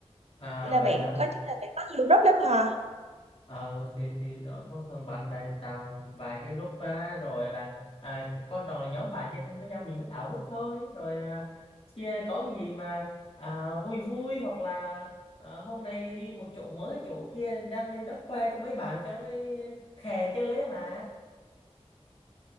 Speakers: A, on the left; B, on the right.
A: À
B: Vậy là
A: vậy
B: bạn
A: hả?
B: có chắc là bạn có nhiều group lắm hả?
A: ờ thì thì đó, thông thường bạn bè thì tạo vài cái group á, rồi là à, quan trọng là nhóm bạn chơi thân với nhau mình mới tạo group thôi rồi à, chia có cái gì mà à, vui vui hoặc là ờ, hôm nay đi một chỗ mới chỗ kia đăng lên đất khoe cho mấy bạn cho mấy khè chơi ấy mà